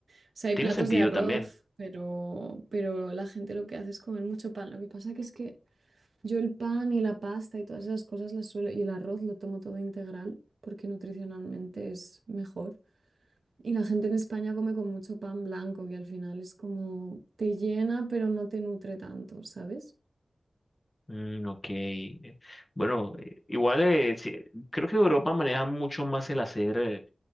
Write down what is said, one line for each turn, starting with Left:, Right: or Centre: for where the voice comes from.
Right: O sea, hay
Left: tiene
Right: platos
Left: sentido
Right: de arroz,
Left: también.
Right: pero, pero la gente lo que hace es comer mucho pan. Lo que pasa que es que yo el pan y la pasta y todas esas cosas las suelo, y el arroz lo tomo todo integral porque nutricionalmente es mejor. Y la gente en España come con mucho pan blanco, que al final es como te llena, pero no te nutre tanto, ¿sabes?
Left: Mm, ok, eh, bueno, eh, igual eh, sí, creo que Europa maneja mucho más el hacer eh,